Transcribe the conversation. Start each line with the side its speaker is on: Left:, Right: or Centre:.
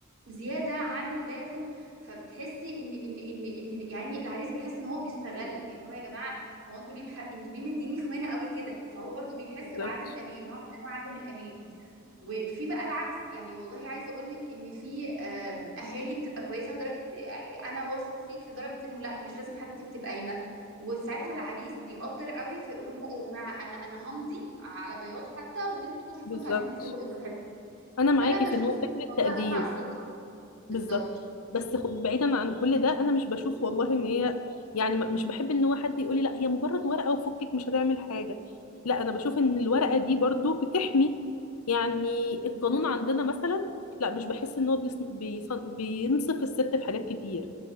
Right: زياده عن اللازم فبتحسي ان ان ان ان يعني العريس بيحس ان هو بيستغل اللي هو يا جماعه هو انتوا ليه مح... انتوا ليه مديني خوانه قوي كده فهو برضو بيحس
Left: بالظبط
Right: بعدم امان نوع من انواع عدم الامان وفي بقى العكس يعني والله عايزه اقول لك ان في آم، اهالي بتبقى كويسه لدرجه يعني انا واثق فيك لدرجه انه لا مش لازم حتى تكتب قايمه وساعتها العريس بيقدر قوي فيقول لهم لا يا جماعه انا انا همضي على بياض حتى وانتوا شوفوا
Left: بالظبط
Right: انتوا عايزين تكتبوا ايه براحتكم
Left: انا معاكي
Right: فانا بشوف
Left: في ان هو فكره
Right: ان الموضوع
Left: تقدير
Right: قايم على الثقه بالظبط
Left: بالظبط بس خ- بعيدا عن كل ده انا مش بشوف والله ان هي يعني م- مش بحب ان هو حد يقول لي لا هي مجرد ورقه وفكك مش هتعمل حاجه لا انا بشوف ان الورقه دي برضو بتحمي يعني
Right: مم.
Left: القانون عندنا مثلا لا مش بحس ان هو بيصن- بيصن- بينصف الست في حاجات كتير